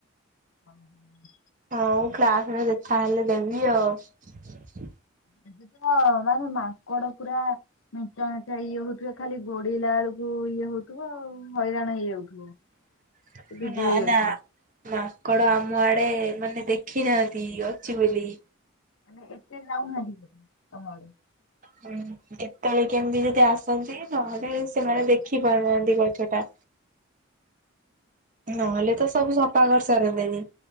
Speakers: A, on the left (about 70°); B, on the right (about 40°).
A: ଓ ହ।
B: ହଉ କ୍ଲାସରେ ଦେଖା ହେଲେ ଦେବି ଆଉ।
A: ଏବେ ତ ମାନେ ମାଙ୍କଡ ପୁରା ମେଞ୍ଚା ମେଞ୍ଚା ଇଏ ହଉଥିବେ ଖାଲି ଗୋଡିଲା ବେଳକୁ ଇଏ ହଉଥିବ ଆଉ ହଇରାଣ ହେଇଯାଉଥିବ।
B: <inaudible>
A: ବିଜୁଳି
B: ନା
A: ଅଛି।
B: ମାଙ୍କଡ ଆମ ଆଡେ ମାନେ ଦେଖି ନାହାନ୍ତି ଅଛି ବୋଲି।
A: ଆ ଏତେ ଲାଉନ ହେଜି ବ ତମ ଆଡେ।
B: ହ କେତେବେଳେ କେମତି ଯଦି ଆସନ୍ତି ନହେଲେ ସେମାନେ ଦେଖି ପାରୁନାହାନ୍ତି ଗଛ ଟା। ନହେଲେ ତ ସବୁ ସଫା କରି ସାରନ୍ତେନି।